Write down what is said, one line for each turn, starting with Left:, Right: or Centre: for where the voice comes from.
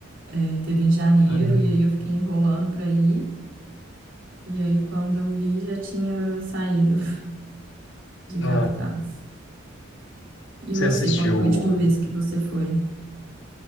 Right: é, teve em janeiro,
Left: Uhum.
Right: e
Left: Uhum.
Right: aí eu fiquei enrolando para ir. E aí, quando eu vi, já tinha saído <laughs> de cartaz.
Left: Ah,
Right: E
Left: Você
Right: você,
Left: assistiu?
Right: qual foi a última vez que você foi?